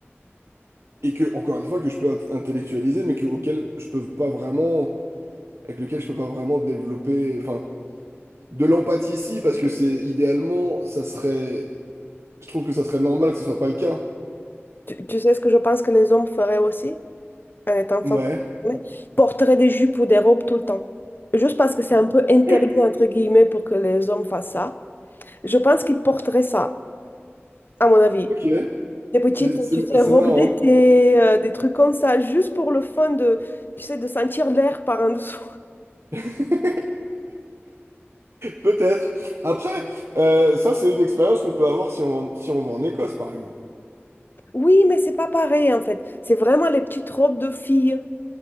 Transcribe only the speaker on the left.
Tu, tu sais ce que je pense que les hommes feraient aussi en étant
femmes Ils porteraient des jupes ou des robes tout le temps. Juste parce que c'est un peu interdit,
entre guillemets, pour que les hommes fassent ça. Je pense qu'ils porteraient ça, à mon avis.
Des petites,
tu sais,
robes
d'été, euh, des trucs comme ça, juste pour le fun de, tu sais, de sentir l'air par en dessous.
Oui, mais c'est pas pareil en fait. C'est vraiment les petites robes de filles,